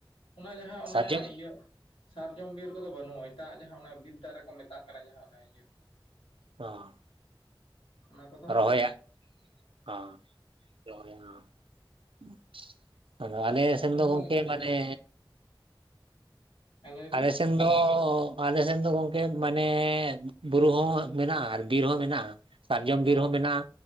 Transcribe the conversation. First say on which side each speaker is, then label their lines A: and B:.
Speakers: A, on the left; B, on the right.
A: ᱚᱱᱟ ᱡᱟᱦᱟᱸ ᱚᱱᱟ
B: ᱥᱟᱨᱡᱚᱢ
A: ᱤᱭᱟᱹ ᱥᱟᱨᱡᱚᱢ ᱵᱤᱨ ᱠᱚᱫᱚ ᱵᱟᱹᱱᱩᱜᱼᱟ ᱮᱴᱟᱜᱼᱟᱜ ᱡᱟᱦᱟᱸ ᱚᱱᱟ ᱵᱤᱫᱽ ᱫᱟᱨᱮ ᱠᱚ ᱢᱮᱛᱟᱜ ᱠᱟᱱᱟ ᱡᱟᱦᱟᱸ ᱚᱱᱟ ᱤᱭᱟᱹ
B: ᱚ
A: ᱚᱱᱟ ᱠᱚᱫᱚ ᱦᱟᱸ
B: ᱨᱚᱦᱚᱭᱟᱜ
A: ᱢᱮᱱᱟᱜ
B: ᱚ <unintelligible> ᱟᱫᱚ
A: ᱟᱨ
B: ᱟᱞᱮ
A: ᱫᱟᱜ
B: ᱥᱮᱱ
A: ᱠᱚᱦᱚᱸ
B: ᱫᱚ ᱜᱚᱝᱠᱮ
A: ᱟᱞᱮ
B: ᱢᱟᱱᱮ
A: ᱦᱮᱸ ᱞᱟᱹᱭ ᱵᱤᱱ
B: ᱟᱞᱮ ᱥᱮᱱ ᱫᱚ ᱟᱞᱮ ᱥᱮᱱ ᱫᱚ ᱜᱚᱝᱠᱮ ᱢᱟᱱᱮ ᱵᱩᱨᱩ ᱦᱚᱸ ᱢᱮᱱᱟᱜᱼᱟ ᱟᱨ ᱵᱤᱨ ᱦᱚᱸ ᱢᱮᱱᱟᱜᱼᱟ᱾ ᱥᱟᱨᱡᱚᱢ ᱵᱤᱨ
A: ᱚ ᱦᱩᱸ
B: ᱦᱚᱸ ᱢᱮᱱᱟᱜᱼᱟ,